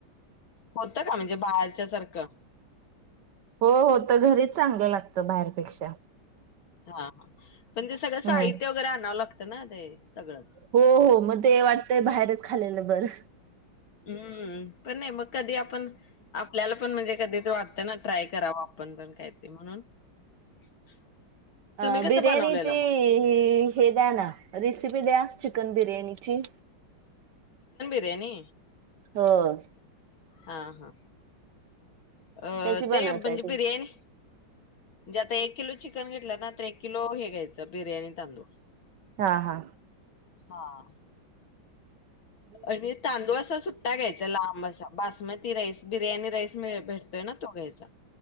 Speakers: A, on the left (about 75°); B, on the right (about 65°).
A: होत का? म्हणजे बाहेरच्या सारखं
B: हो होत घरीच चांगलं लागतं बाहेरपेक्षा
A: हा हा पण ते सगळं
B: हम्म
A: साहित्य वैरे आणावं लागं कना ते सगळं
B: हो हो मध्ये वाट ते बाहेरच खालेलं बर
A: अम्म पण नाय मग कधी आपण आपल्याला पण म्हणजे कधी तर वाटतं ना ट्राय करावा. आपण पण काय ते म्हणून <unintelligible>
B: अ
A: कसं
B: बिर्याणीची
A: बनवलेलं मग?
B: ही हे द्या ना. रेसिपी द्या. चिकन बिरयाणीची
A: त्यांनी
B: होय.
A: हा हा अं
B: कशी
A: ते
B: बनवताय
A: म्हणजे
B: तुम्ही
A: बिर्याणी जे आता एक किलो चिकन घेतला ना एक किलो हे घ्यायचं बिर्याणी तांदूळ
B: हा हा
A: हां. आणि तांदूळ असा सुट्टा घ्याय लांब असा बासमती राईस बिर्याणी राईस मिळ भेटतोय ना तो घ्यायचा.